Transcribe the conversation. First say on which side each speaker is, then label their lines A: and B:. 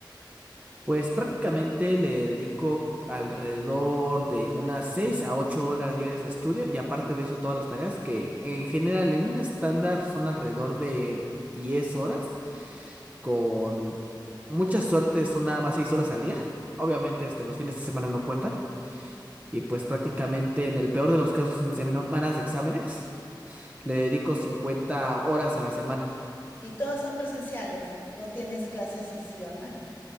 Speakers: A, on the right (about 15°); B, on the left (about 25°).
A: Pues prácticamente le dedico alrededor de unas 6 a 8 horas diarias de estudio y aparte de eso todas las tareas que en general en un estándar son alrededor de diez horas, con mucha suerte son nada más 6 horas al día. Obviamente este, los fines de semana no cuentan. Y pues prácticamente en el peor de los casos en semanas de exámenes, le dedico cincuenta horas a la semana.
B: ¿Y todas son presenciales o tienes clases así online?